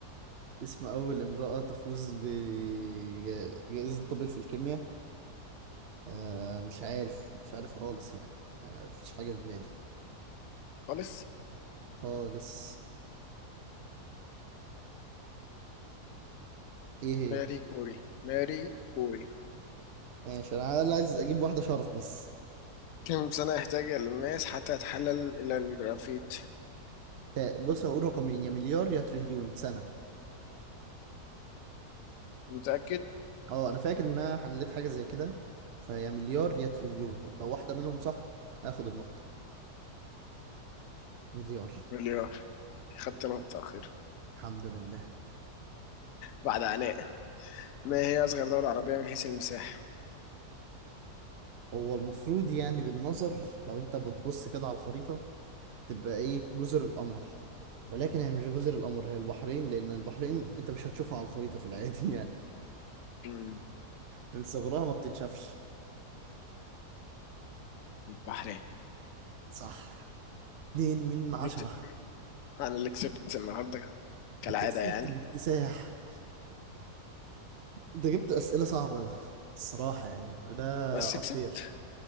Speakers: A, on the right; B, on the left.
A: اسم اول امراه تفوز بجائزه نوبل في الكيمياء آه مش عارف مش عارف خالص يعني آه مفيش حاجه في بالي
B: خالص
A: خالص ايه هي
B: ماري كوري ماري كوري
A: ماشي انا أنا عايز اجيب واحده شرف بس
B: كم سنة يحتاج الماس حتى يتحلل إلى الجرافيت
A: تا- بص هقول رقمين يا مليار يا تريليون سنه
B: متأكد
A: اه انا فاكر ان انا حليت حاجه زي كده فهي مليار يا تريليون لو واحده منهم صح هاخد النقطه مليار
B: مليار خدت نقطة أخيرة
A: الحمد لله
B: بعد عناء ما هي أصغر دولة عربية من حيث المساحة
A: هو المفروض يعني بالنظر لو انت بتبص كده على الخريطه تبقى ايه جزر القمر ولكن هي مش جزر القمر هي البحرين لان البحرين انت مش هتشوفها على الخريطه في العادي <laughs> يعني
B: مم.
A: من صغرها ما بتتشافش
B: البحرين
A: صح اتنين من عشرة
B: جبت انا اللي كسبت النهارده كالعاده
A: انت كسبت
B: يعني
A: باكتساح انت جبت اسئله صعبه الصراحه يعني وده
B: بس
A: unfair
B: كسبت